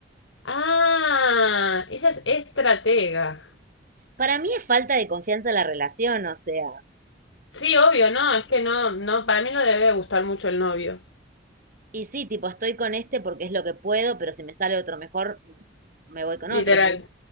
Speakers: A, on the left; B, on the right.
A: Ah, ella es estratega.
B: Para mí es falta de confianza en la relación, o sea,
A: Sí, obvio, no, es que no, no, para mí no le debe gustar mucho el novio,
B: y sí, tipo, estoy con este porque es lo que puedo, pero si me sale otro mejor, mm, me voy con
A: literal.
B: otro. O sea,